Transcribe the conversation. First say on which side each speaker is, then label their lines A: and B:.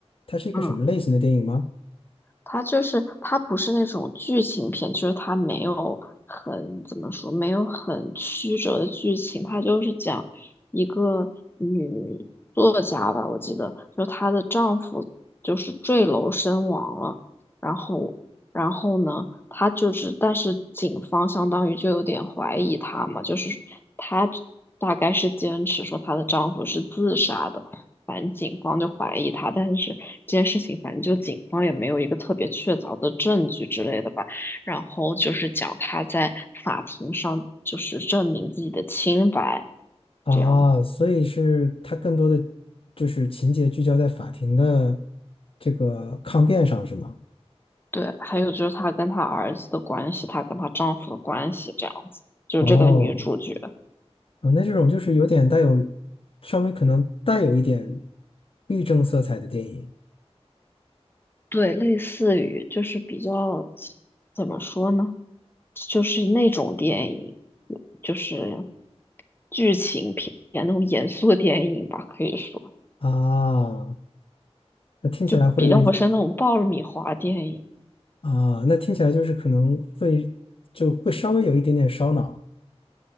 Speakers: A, on the left; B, on the left.
A: 它是一个什么类型的电影吗？
B: 嗯。它就是它不是那种剧情片，就是它没有很怎么说，没有很曲折的剧情，它就是讲一个女作家吧，我记得，就她的丈夫就是坠楼身亡了，然后然后呢，她就是，但是警方相当于就有点怀疑她嘛，就是她大概是坚持说她的丈夫是自杀的。反正警方就怀疑他，但是这件事情反正就警方也没有一个特别确凿的证据之类的吧。然后就是讲他在法庭上就是证明自己的清白
A: 啊，
B: 这样子。
A: 所以是它更多的就是情节聚焦在法庭的这个抗辩上，是吗？
B: 对，还有就是她跟她儿子的关系，她跟她丈夫的关系这样子，就是这个女主角。
A: 哦，啊，那这种就是有点带有稍微可能带有一点律政色彩的电影
B: 对，类似于就是比较怎么说呢，就是那种电影，就是剧情片那种严肃的电影吧，可以说。
A: 啊，那听起来会
B: 就比较不是那种爆米花电影，
A: 啊，那听起来就是可能会就会稍微有一点点烧脑，